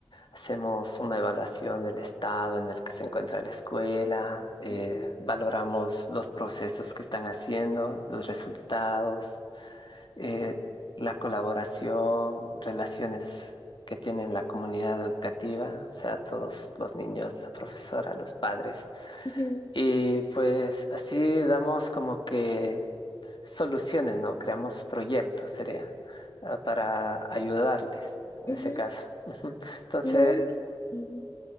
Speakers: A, on the left; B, on the left.
A: hacemos una evaluación del estado en el que se encuentra la escuela, eh,
B: No.
A: valoramos los procesos que están haciendo, los resultados, eh, la colaboración, relaciones que tienen la comunidad educativa, o sea, todos los niños, la profesora, los padres.
B: Ujú,
A: Y pues así damos como que Soluciones, no, creamos proyectos, sería ah, para ayudarles en
B: ujú.
A: ese caso. Ujú. Entonces,
B: No me imagino.